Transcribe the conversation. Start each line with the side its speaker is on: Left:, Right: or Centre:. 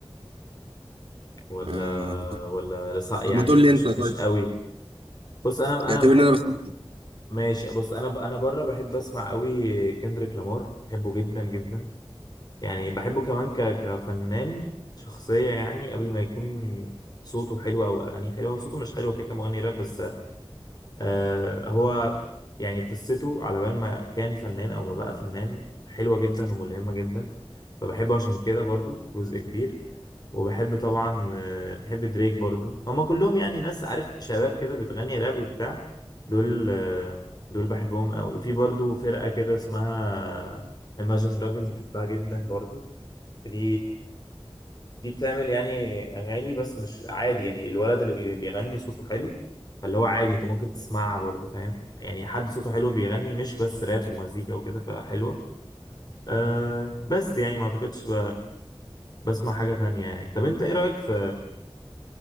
Left: ولا
Right: آه،
Left: ولا لسه- يعني
Right: طب ما تقول لي
Left: مش
Right: انت طيب
Left: مش قوي بص انا
Right: يعتبر
Left: انا بحب
Right: ان انا بسمع
Left: ماشي بص انا انا بره بحب اسمع قوي كندريك لامار بحبه جدا جدا يعني بحبه كمان ك كفنان شخصيه يعني قبل ما يكون صوته حلو او اغانيه حلوه هو صوته مش حلو كده كمغني راب بس آه هو يعني قصته على بال ما كان فنان او ما بقى فنان حلوة جدا وملهمة جدا فبحبه عشان كده برضو جزء كبير وبحب طبعا آه، بحب دريك برضو هما كلهم يعني ناس عارف شباب كده بتغني راب وبتاع دول آه، دول بحبهم قوي وفي برضو فرقة كده اسمها Imagine Dragons بحبها جدا برضو دي دي بتعمل يعني اغاني بس مش عادي يعني الولد اللي بي- بيغني صوته حلو فاللي هو عادي انت ممكن تسمعها برضه فاهم يعني حد صوته حلو بيغني مش بس راب ومزيكا وكده فحلوه أه بس يعني ما اعتقدش ب... بسمع حاجه تانية يعني طب انت ايه رايك في